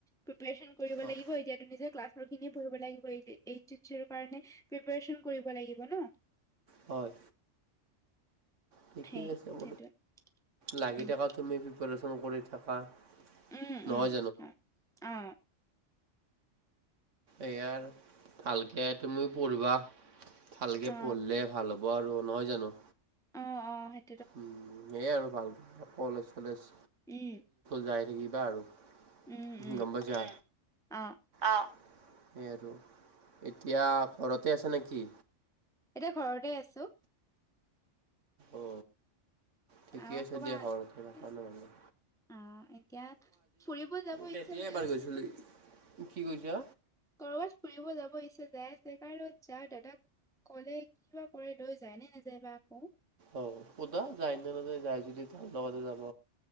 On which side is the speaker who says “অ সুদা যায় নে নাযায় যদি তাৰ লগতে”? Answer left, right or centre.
Right